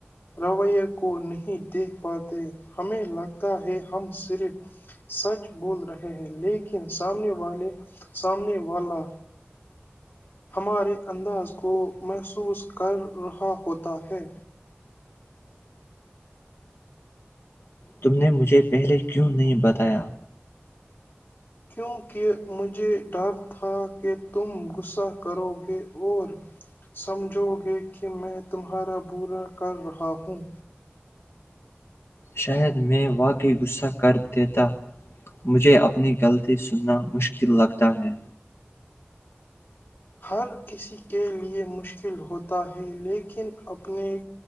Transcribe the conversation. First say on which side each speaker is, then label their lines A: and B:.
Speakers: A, on the left; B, on the left.
A: رویے کو نہیں دیکھ پاتے ہمیں لگتا ہے ہم صرف سچ بول رہے ہیں لیکن سامنے والے سامنے والا ہمارے انداز کو محسوس کر رہا ہوتا ہے
B: تم نے مجھے پہلے کیوں نہیں بتایا؟
A: کیونکہ مجھے ڈر تھا کہ تم غصہ کرو گے اور سمجھو گے کہ میں تمہارا برا کر رہا ہوں
B: شاید میں واقعی غصہ کر دیتا مجھے اپنی غلطی سننا مشکل لگتا ہے
A: ہر کسی کے لئے مشکل ہوتا ہے لیکن اپنی